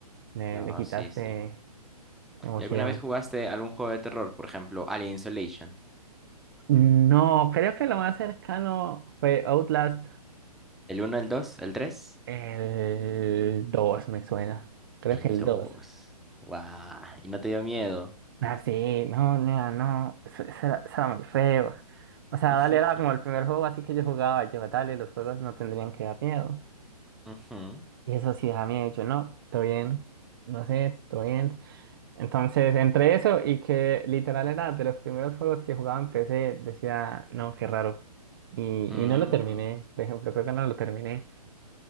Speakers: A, on the right (about 35°); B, in the centre.
A: le,
B: No,
A: le quitaste
B: sí, sí.
A: emoción.
B: ¿Y alguna vez jugaste algún juego de terror? Por ejemplo, Alien Isolation.
A: No, creo que lo más cercano fue Outlast,
B: ¿El uno el dos el tres
A: el 2 me suena, creo
B: El
A: que el
B: dos
A: dos
B: ¡Guau! ¿Y no te dio miedo?
A: Ah, sí, no, nea, no, eso, eso era, eso era muy feo. O sea,
B: <laughs>
A: Dale era como el primer juego, así que yo jugaba, yo, Dale, los juegos no tendrían que dar miedo.
B: Ujú.
A: Y eso sí da miedo, yo, no, todo bien, no sé, todo bien. Entonces, entre eso y que literal era de los primeros juegos que jugaba en PC, decía, no, qué raro. Y,
B: Mm,
A: y no lo terminé, por ejemplo, creo que no lo terminé.